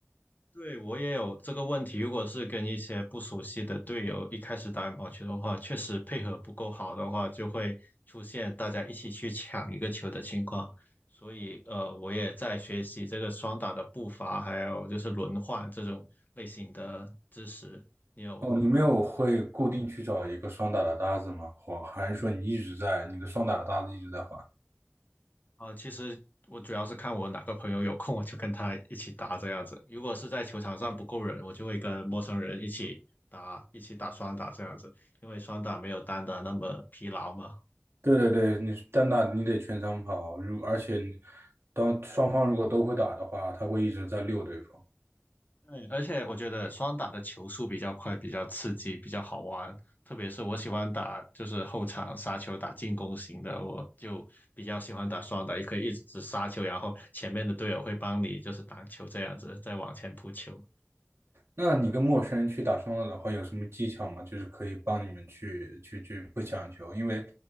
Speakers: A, on the left; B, on the right.
A: 对，我也有这个问题。如果是跟一些不熟悉的队友一开始打羽毛球的话，确实配合不够好的话，就会出现大家一起去抢一个球的情况。所以，呃，我也在学习这个双打的步伐，还有就是轮换这种类型的知识。你有
B: 哦，你没有会固定去找一个双打的搭子吗？或还是说你一直在你的双打的搭子一直在换？
A: 啊、其实我主要是看我哪个朋友有空，我就跟他一起打这样子。如果是在球场上不够人，我就会跟陌生人一起打，一起打双打这样子，因为双打没有单打那么疲劳嘛。
B: 对对对，你是单打你得全场跑，如而且你当双方如果都会打的话，他会一直在溜对方。
A: 对，而且我觉得双打的球速比较快，比较刺激，比较好玩。特别是我喜欢打就是后场杀球打进攻型的，我就比较喜欢打双打，也可以一直杀球，然后前面的队友会帮你就是挡球这样子，再往前扑球。
B: 那你跟陌生人去打双打的话，有什么技巧吗？就是可以帮你们去去去不抢球，因为，